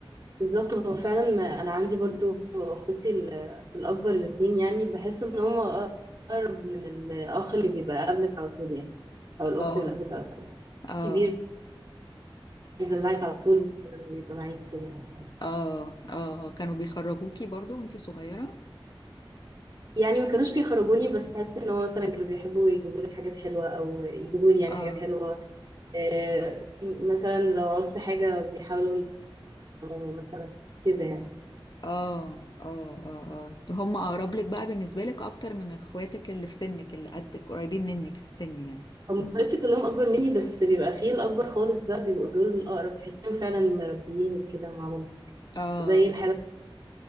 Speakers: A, on the right (about 45°); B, on the left (about 50°).
A: بالظبط هو فعلا انا عندي برضو اخوتي ال- الاكبر الاثنين يعني بحس ان هم اقرب من الاخ اللي بيبقى قبلك على طول يعني او الاخت
B: اه
A: اللي قبلك على طول
B: اه
A: كبير بيدلعك على طول مثلا بيبقى معاكي كده
B: اه اه كانوا بيخرجوكي برضو وانتي صغيرة
A: يعني ما كانوش بيخرجوني بس حاسس ان هو مثلا كانوا بيحبوا يجيبوا لي حاجات حلوه او يجيبوا لي يعني
B: اه
A: حاجات حلوه آه، مثلا لو عوزت حاجه بيحاولوا يجيبوا مثلا كده يعني
B: اه اه اه اه هم اقرب لك بقى بالنسبة لك اكتر من اخواتك اللي في سنك اللي قدك قريبين منك في السن يعني
A: هم اخواتي كلهم اكبر مني بس بيبقى فيه الاكبر خالص بقى بيبقوا دول الاقرب تحسهم فعلا مربيين كده مع مامتي
B: اه
A: زي الحاله